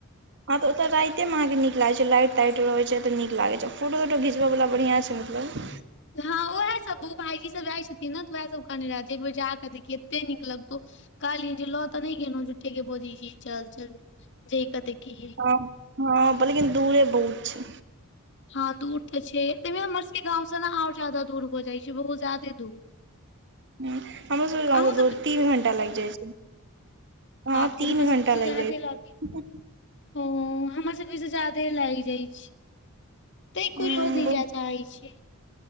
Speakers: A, on the right; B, on the left.
A: हँ तऽ ओतय रातिमे अहाँकेँ निक लागै छै, लाइट ताइट रहैत छै, तऽ निक लागै छै, फोटो तोटो घुच्बेवला बढ़आँ छै मतलब
B: हँ उएहसभ भाईजी सभ जाइत छथिन ने तऽ ओएहसभ कहने रहथि एक बेर जाकऽ देखियी एते निक लगतौ। कालिय जे लो तऽ नहि गनो जुटे के बोजी है चल चल जे कत कि ह।
A: हँ, लेकिन दूरे बहुत छै।
B: हँ, दूर तऽ छै, तहिमे हमर सभके गाव से ने आओर जादा दूर भऽ जाइ छै, बहुत ज्यादे दूर।
A: ह हमर सभके गाम
B: अहूँ
A: सँ दू तीन घण्टा लागि जाइ छै। हँ
B: बापे
A: तीन
B: हमर
A: घंटा
B: सभसँ
A: लागि
B: जाते
A: जाइ
B: लऽ
A: छै
B: ओ हमर सभ ताई लागि जाइ छै, तै कोइ
A: उंम्म
B: लो नहि जाय चाहे छी।